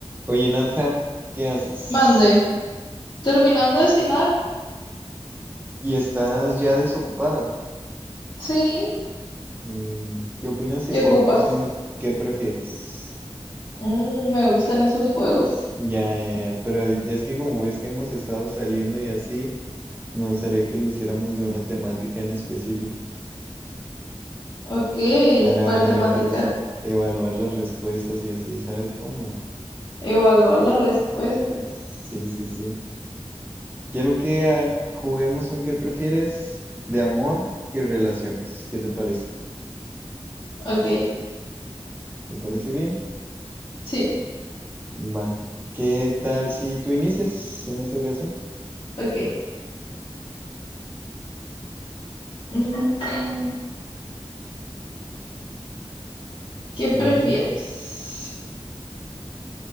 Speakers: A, on the right (about 20°); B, on the left (about 50°).
A: Oye, Nadja, ¿qué haces?
B: Mande, terminando de cenar,
A: ¿Y estás ya desocupada?
B: sí,
A: Mm, ¿Qué opinas si
B: ¿qué
A: jugamos
B: ocupas?
A: un qué prefieres?
B: Mm, me gustan esos juegos.
A: Ya, ya, ya, pero es que como ves que hemos estado saliendo y así, me gustaría que lo hiciéramos de una temática en específico
B: Ok,
A: para
B: ¿cuál temática?
A: eva- evaluar las respuestas y así, ¿sabes cómo?
B: Evaluar las respuestas.
A: Sí, sí, sí. Quiero que ah, juguemos un qué prefieres de amor y relaciones. ¿Qué te parece?
B: Ok,
A: ¿Te parece bien?
B: sí,
A: Va. ¿Qué tal si tú inicias en esta ocasión?
B: ok. Mm, ¿qué prefieres?
A: Ujú.